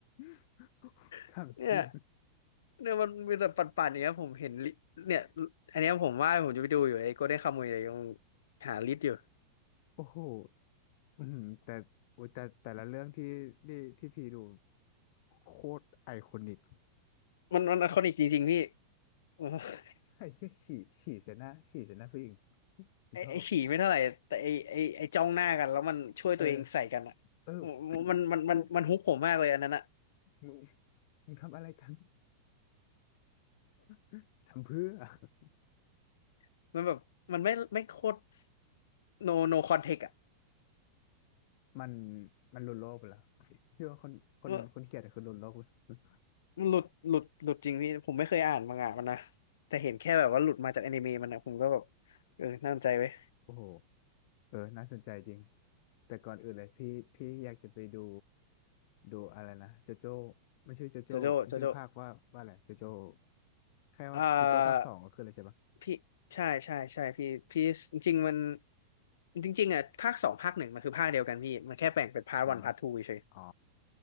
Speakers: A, on the left; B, on the left.
A: <laughs> ทำจริง
B: <laughs> เนี่ยเนี่ยมันมีแต่ปั่นๆอย่างเงี้ยผมเห็นลิเนี่ยอันเนี้ยผมว่าผมจะไปดูอยู่ไอ้โกลเด้นคามุยเลยยังหาลิสต์อยู่
A: โอ้โหอืมแต่โอ้ยแต่แต่ละเรื่องที่ที่ที่พี่ดูโคตรไอคอนิก
B: มันมันไอคอนิกจริงๆพี่ <laughs>
A: ไอ้เหี้ยฉี่ฉี่เสียหน้าฉี่เสียหน้าผู้หญิงไมชอบ
B: ไอ้ไอ้ฉี่ไม่เท่าไหร่แต่ไอ้ไอ้ไอ้จ้องหน้ากันแล้วมันช่วยตัวเองใส่กันอ่ะ
A: เออเออ
B: มันมันมันมันฮุกผมมากเลยอันนั้นอ่ะ
A: โอ้มึงมึงทำอะไรกัน <laughs> ทำเพื่อ <laughs>
B: <laughs> มันแบบมันไม่ไม่โคตร no no context อ่ะ
A: มันมันหลุดโลกไปแล้วพี่ว่าคนคนคนเขียนอะคือหลุดโลกไป
B: ว่า
A: <laughs> แล้ว
B: มันหลุดหลุดหลุดจริงพี่ผมไม่เคยอ่านมังงะมันนะแต่เห็นแค่แบบว่าหลุดมาจากอนิเมะมันนะผมก็แบบเออน่าสนใจไว้ย
A: โอ้โหเออน่าสนใจจริงแต่ก่อนอื่นเลยพี่พี่อยากจะไปดูดูอะไรนะโจโจ้มันชื่อโจโจ้มันชื่อภาคว่าว่าอะไรโจโจ้
B: โจโจ้โจโจ้
A: แค่ว่าโจโจ้ภาคสองก็คืออะไรใช่ปะ
B: อ่าพี่ใช่ใช่ใช่พี่พี่จริงๆมันจริงๆอ่ะภาคสองภาคหนึ่งมันคือภาคเดียวกันพี่มันแค่แบ่งเป็นพาร์ทวันพาร์ททูเฉย
A: อ่า อ๋อ